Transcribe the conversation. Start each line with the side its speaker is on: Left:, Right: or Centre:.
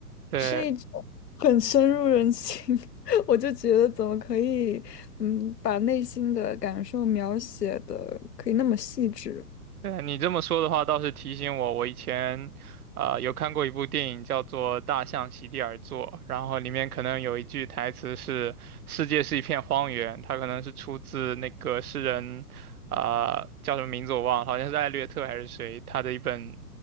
Right: 对。
Left: 是一种很深入人心，<laughs> 我就觉得怎么可以，嗯，把内心的感受描写的可以那么细致。
Right: 对，你这么说的话，倒是提醒我，我以前啊、呃有看过一部电影叫做《大象席地而坐》，然后里面可能有一句台词是“世界是一片荒原”，它可能是出自那个诗人啊、呃叫什么名字我忘了，好像是艾略特还是谁，他的一本